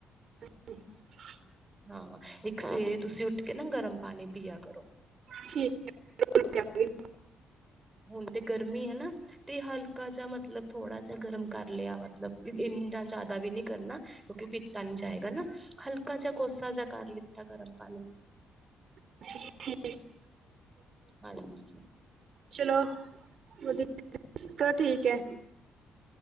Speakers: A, on the right; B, on the right.
A: ਅਸੀਂ <unintelligible>
B: ਹਾਂ ਇੱਕ ਸਵੇਰੇ ਤੁਸੀਂ ਉੱਠ ਕੇ ਨਾ ਗਰਮ ਪਾਣੀ ਪੀਆ ਕਰੋ।
A: ਠੀਕ <unintelligible>
B: ਹੁਣ ਤੇ ਗਰਮੀ ਹੈ ਨਾ। ਤੇ ਹਲਕਾ ਜਿਹਾ ਮਤਲਬ ਥੋੜਾ ਜਿਹਾ ਗਰਮ ਕਰ ਲਿਆ ਮਤਲਬ ਇੰਨਾ ਜ਼ਿਆਦਾ ਵੀ ਨੀ ਕਰਨਾ। ਕਿਉਂਕਿ ਪੀਤਾ ਨੀ ਜਾਏਗਾ ਨਾ, ਹਲਕਾ ਜਿਹਾ ਕੋਸਾ ਜਿਹਾ ਕਰ ਲਿੱਤਾ ਗਰਮ ਪਾਣੀ।
A: <unintelligible> ਠੀ
B: ਹਾਂਜੀ
A: ਚਲੋ। ਵਧੀਆ ਚਲ ਠੀਕ ਹੈ।